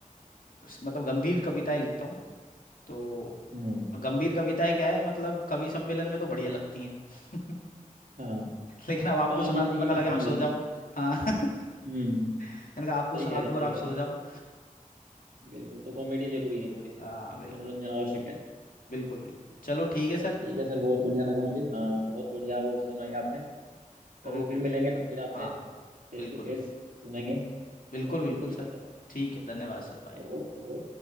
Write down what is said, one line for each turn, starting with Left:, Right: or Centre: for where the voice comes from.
Left: स- मतलब गंभीर कविताएं लिखता हूँ तो
Right: हम्म,
Left: गंभीर कविताएं क्या है मतलब कवि सम्मेलन में तो बढ़िया लगती हैं <laughs>
Right: हाँ
Left: लेकिन अब आपको
Right: पर आम
Left: सुना
Right: जिंदगी
Left: दूँ पता
Right: में
Left: लगे
Right: अच्छी
Left: आप
Right: नहीं
Left: सो
Right: लगती
Left: जाओ हाँ <laughs>
Right: हम्म
Left: मैंने कहा आपको
Right: सही
Left: सुना
Right: कह
Left: दूँ
Right: रहे सही
Left: और आप
Right: कह
Left: सो
Right: रहे
Left: जाओ
Right: बिल्कुल तो कॉमेडी जरूरी है थोड़ी सी
Left: हाँ बिल्कुल
Right: मनोरंजन आवश्यक है
Left: बिल्कुल बिल्कुल चलो
Right: चलो
Left: ठीक है सर
Right: ठीक है सर बहुत बढ़िया लगा मुझे हाँ बहुत बढ़िया वो सुनाई आपने कभी
Left: ओके
Right: फिर मिलेंगे तो फिर आपसे
Left: हाँ
Right: फेस
Left: बिल्कुल
Right: टू फेस
Left: बिल्कुल
Right: सुनेंगे
Left: बिल्कुल
Right: चलिए
Left: बिल्कुल
Right: ठीक
Left: सर
Right: है सर
Left: ठीक है धन्यवाद सर बाय
Right: ओ, ओ,